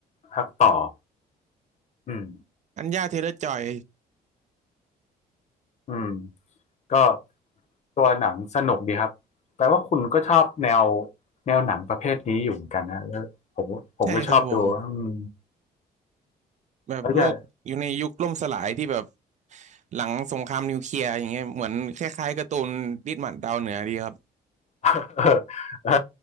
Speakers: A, on the left; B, on the right.
A: ภาคต่ออืม
B: อัญญาเทเลอร์จอย
A: อืม ก็ตัวหนังสนุกดีครับแปลว่าคุณก็ชอบแนวแนวหนังประเภทนี้อยู่เหมือนกันนะแล้วผมผมก็ชอบดูอืม
B: ใช่ครับผมแบบโลกอยู่ในยุคล่มสลายที่แบบ
A: แล้วอย่า
B: หลังสงครามนิวเคลียร์อย่างเงี้ยเหมือนคล้ายๆการ์ตูนดิสมันดาวเหนือดีครับ
A: <laughs> เออ